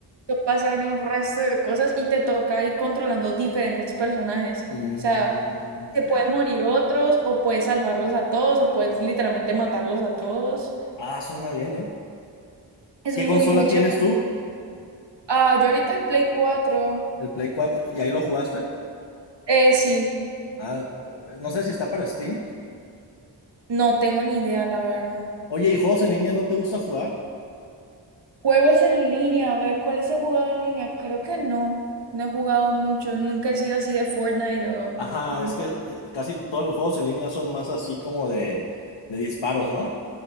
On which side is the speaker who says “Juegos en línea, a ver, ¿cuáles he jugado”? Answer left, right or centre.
Right